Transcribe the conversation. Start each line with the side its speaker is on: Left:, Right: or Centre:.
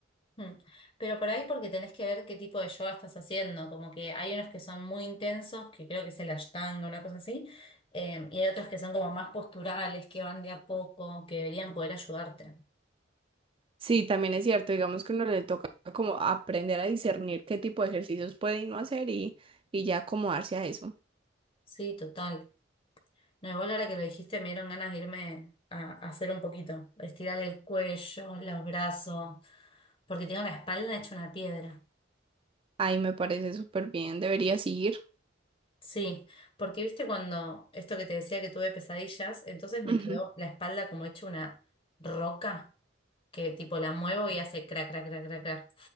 Left: mm. Pero por ahí porque tenés que ver qué tipo de yoga estás haciendo, como que hay unos que son muy intensos, que creo que es el Ashtanga, una cosa así, eh, y hay otros que son como más posturales, que van de a poco, que deberían poder ayudarte.
Right: Sí, también es cierto, digamos que uno le toca como aprender a discernir qué tipo de ejercicios puede y no hacer y, y ya acomodarse a eso.
Left: Sí, total. No, igual ahora que lo dijiste me dieron ganas de irme a, a hacer un poquito, estirar el cuello, los brazos, porque tengo la espalda hecha una piedra.
Right: Ay, me parece súper bien, deberías ir.
Left: Sí, porque viste cuando esto que te decía que tuve pesadillas, entonces me
Right: Ujú.
Left: quedó la espalda como hecha una roca que tipo la muevo y hace crac, crac, crac, crac, crac.